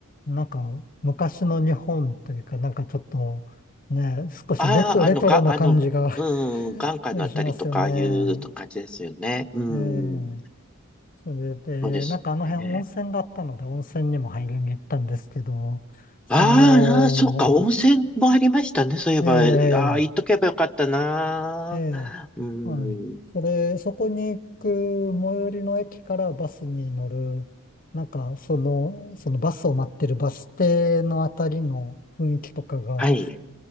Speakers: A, on the left; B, in the centre.
A: う、なんか昔の日本というか、なんかちょっと、ね、少しレト、
B: ああ、
A: レトロな感じが
B: あの、が、あの、うん、眼下のあたりとか、
A: <laughs> しますよね。
B: ああいう感じですよね。う
A: ええ
B: ん。
A: それで、
B: そうですね。
A: なんかあの辺温泉があったので、温泉にも入りに行ったんですけど、その、
B: ああ、そっか、温泉もありましたね。そういえば、
A: ええ
B: ああ、行っとけばよかったな。
A: ええ、
B: うん。
A: はい。それ、そこに行く最寄りの駅からバスに乗る、なんか、その、そのバスを待ってるバス停のあたりの雰囲気とかが、
B: は